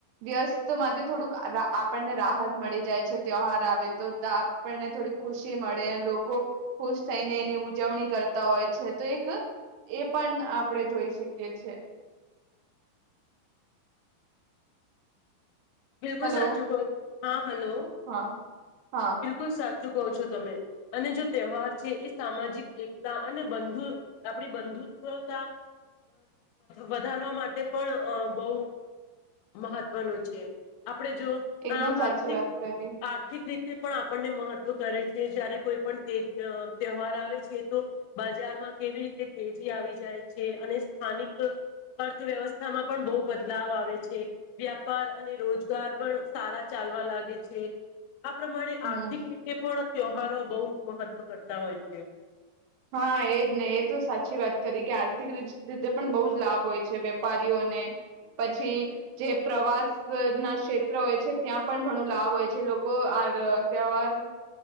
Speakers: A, on the right; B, on the left.
A: વ્યસ્ત માંથી થોડુંક આપણને રાહત મળી જાય છે, તહેવાાર આવે તો આપણને થોડી ખુશી મળે લોકો ખુશ થઈને એની ઉજવણી કરતા હોય છે, તો એક એ પણ આપણે જોઈ શકીએ છેએ
B: બિલકુલ
A: હેલો
B: સાચુંલ હા હલો
A: હા હા
B: બિલકુલ સાચું કહો છો તમે અને જો તહેવાર છે એ સામાજિક એકતા અને બંધુ આપણી બંધુત્વતા વધારવા માટે પણ બહુ મહત્વનો છે, આપણે જો
A: એકદમ
B: આર્થિક
A: સાચી વાત કરી
B: આર્થિક રીતે પણ આપણને મહત્વ કરે છે જયારે કોઈ પણ તે તહેવાર આવે છે, તો બજારમાં કેવી રીતે તેજી આવી જાય છે અને સ્થાનિક અર્થવ્યવસ્થામાં પણ બહુ બદલાવ આવે છે, વ્યાપાર અને રોજગાર પણ સારા ચાલવા લાગે છે, આ પ્રમાણે
A: હમ
B: આર્થિક રીતે પણ ત્યહારો બહુ જ મહત્વ કરતા હોય છે,
A: હા એજ ને એ તો સાચી વાત કરી કે આર્થિક રીતે પણ બહુ જ લાભ હોય છે વેપારીઓને પછી જે પ્રવાસ ના ક્ષેત્ર હોય છે ત્યાં પણ ઘણું લાભ હોય છે લોકો આ તહેવાર